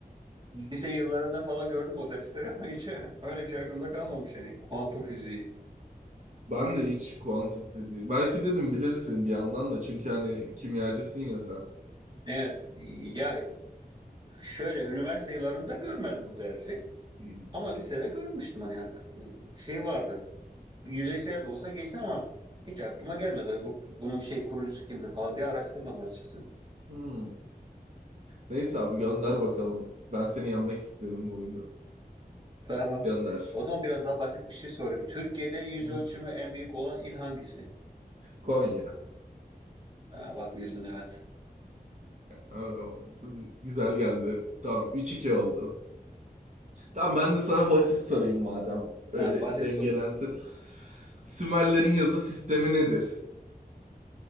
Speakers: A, on the right; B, on the right.
A: Lise yıllarında falan gördüm o dersleri ama hiç <laughs> öyle bir şey aklımda kalmamış yani. Kuantum fiziği.
B: Ben de hiç kuantum fiziği. Belki dedim bilirsin bir yandan da çünkü hani kimyacısın ya sen.
A: Evet ya şöyle üniversite yıllarında görmedim bu dersi.
B: Hmm.
A: Ama lisede görmüştüm hani e, şey vardı. Yüzeysel de olsa geçti ama hiç aklıma gelmedi. Ay Bu, bunun şey kurucusu kimdir falan diye araştırmadım açıkçası.
B: Hmm. Neyse abi gönder bakalım. Ben seni yenmek istiyorum bu oyunda.
A: Tamam.
B: Gönder.
A: O zaman biraz daha basit bir şey sorayım. Türkiye'de yüz
B: Hı hı.
A: ölçümü en büyük olan il hangisi?
B: Konya.
A: Ha, bak bildin evet.
B: Aa, Güzel geldi. Tamam Üç iki oldu. Tamam ben de sana basit sorayım madem. Öyle
A: Ha, basit
B: dengelensin.
A: soru.
B: Sümerlerin yazı sistemi nedir?